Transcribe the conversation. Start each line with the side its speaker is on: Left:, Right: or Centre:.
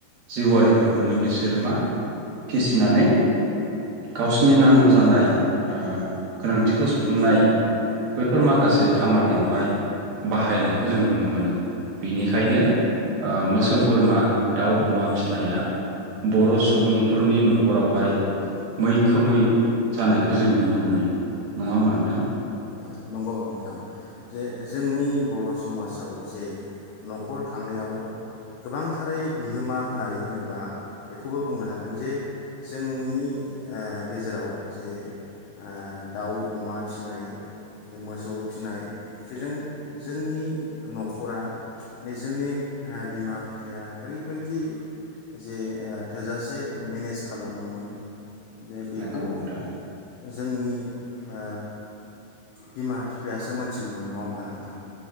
Right: जिउआरिफोरखौनो बिसोरो मा फिसिनानै गावसिनि नांगौ जानाय ओ गोनांथिखौ सुफुंनाय बैफोर माखासे खामानियावहाय बाहायनाय खौ जों नुनो मोनो बिनिखायनो ओ मोसौ बोरमा दाउ अमा फिनाया बर' सुबुंफोरनि न'खरावहाय मैखोमै जानायखौ जों नुनो मोनो। नङा होमबा नोंथां?
Left: आ नंगौ नोंथां जे जोंनि बर' समासाव जे न'खर खांनायाव गोबांथारै बिहोमा होनाय होनोबा बेखौबो बुंनो हागोन जे जोंनि ओ गेजेराव जे आ दाउ अमा फिनाय जे मोसौ फिनाय जेजों जोंनि न'खरा माने जोंनि ओ बिमा बिफाया ओरैबायदि जे ओ थोजासे मेनेस खालामोमोन दे बेखौ
Right: नंगौ नोंथां
Left: जोंनि ओ बिमा बिफायासो मोनथिगौमोन नङा होमबा नोंथां